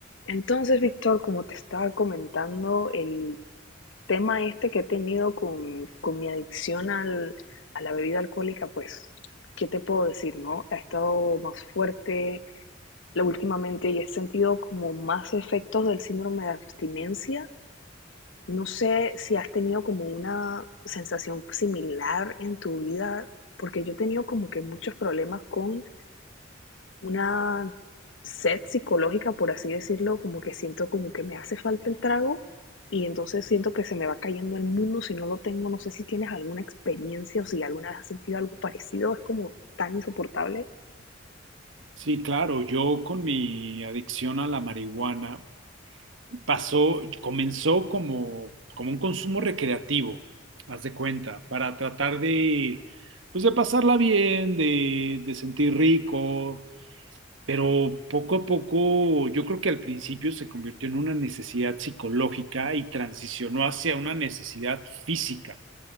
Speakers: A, on the left (about 70°); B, on the right (about 75°).
A: Entonces, Víctor, como te estaba comentando, el tema este que he tenido con, con mi adicción al, a la bebida alcohólica, pues, ¿qué te puedo decir, no? Ha estado más fuerte la- últimamente y he sentido como más efectos del síndrome de abstinencia. No sé si has tenido como una sensación similar en tu vida, porque yo he tenido como que muchos problemas con una sed psicológica, por así decirlo, como que siento como que me hace falta el trago y entonces siento que se me va cayendo el mundo si no lo tengo. No sé si tienes alguna experiencia o si alguna vez has sentido algo parecido, es como tan insoportable.
B: Sí, claro, yo con mi adicción a la marihuana pasó, comenzó como, como un consumo recreativo, haz de cuenta, para tratar de, pues de pasarla bien, de, de sentir rico, pero poco a poco yo creo que al principio se convirtió en una necesidad psicológica y transicionó hacia una necesidad física.